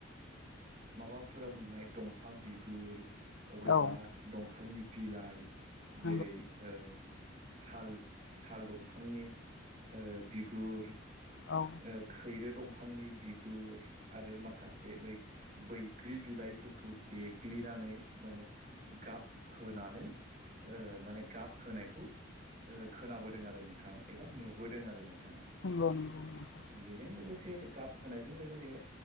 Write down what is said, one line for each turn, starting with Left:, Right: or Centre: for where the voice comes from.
Right: माबाफोराव मोननाय दंफां बिगुर अबेबा
Left: नंगौ औ
Right: दंफांनि बिलाइ जेरै
Left: नंगौ
Right: ओ साल साल दंफांनि ओ बिगुर
Left: औ
Right: ओ खैरो दंफांनि बिगुर आरो माखासे बै बैग्रि बिलाइफोरखौ देग्लिनानै माने गाब होनानै ओ माने गाब होनायखौ ओ खोनाबोदों आरो नोंथां एबा नुबोदों आरो नोंथां।
Left: नंगौ -नंगौं- नंगौ।
Right: बेजों लोगोसे गाब होनायजों लोगोसे